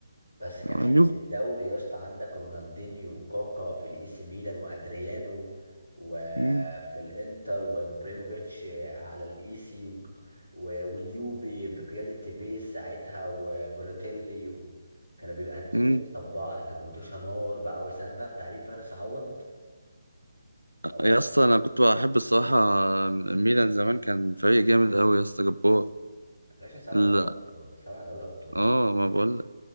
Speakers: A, on the left (about 70°); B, on the right (about 85°).
A: بس كان حته
B: اليوف
A: الدوري يا اسطى عندك رونالدينيو وكاكا في الاي سي ميلان وادريانو وفي
B: مم.
A: الانتر وابريموفيتش على الاي سي و... و... واليوفي بقياده تيفيز ساعتها وبولوتيلي و... كانوا بيبقى التريو
B: مم.
A: بتاع بعض كانت متوشة نار بقى وسام بقى بتعليق فارس عوض اوقات
B: يا اسطى انا كنت بحب الصراحه ميلان زمان كان فريق جامد قوي يا اسطى جبار
A: يا باشا سبع
B: لا
A: دوري ابطال سبع دوري ابطال
B: اه ما بقول